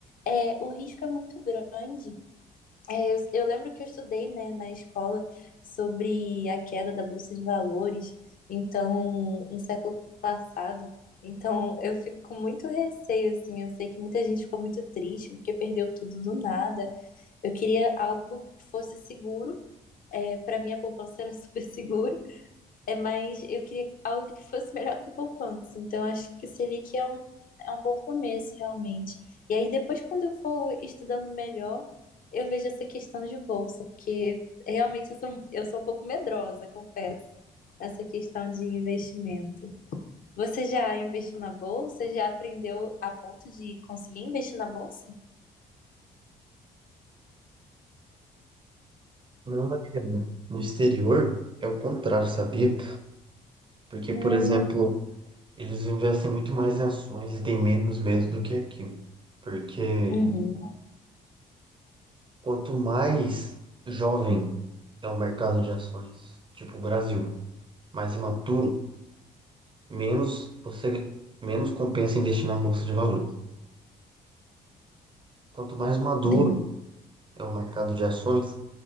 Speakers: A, on the left (about 55°); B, on the right (about 30°).
A: é, o risco é muito grande. É, eu, eu lembro que eu estudei, né, na escola sobre a queda da bolsa de valores, então, no século passado. Então, eu fico com muito receio, assim. Eu sei que muita gente ficou muito triste porque perdeu tudo do nada. Eu queria algo que fosse seguro. É, para mim, a poupança era <laughs> super seguro, é, mas eu queria algo que fosse melhor que a poupança. Então, acho que o Selic é um, é um bom começo, realmente. E aí, depois, quando eu for estudando melhor, eu vejo essa questão de bolsa, porque realmente eu sou, eu sou um pouco medrosa, confesso, essa questão de investimento. Você já investiu na bolsa? Já aprendeu a ponto de conseguir investir na bolsa?
B: Não, Mariana. No exterior é o contrário, sabia? Porque,
A: Hum,
B: por exemplo, eles investem muito mais em ações e têm menos medo do que aqui. Porque
A: uhum,
B: quanto mais jovem é o mercado de ações, tipo o Brasil, mais imaturo, menos você menos compensa investir na bolsa de valores. Quanto mais maduro
A: entendi.
B: é o mercado de ações,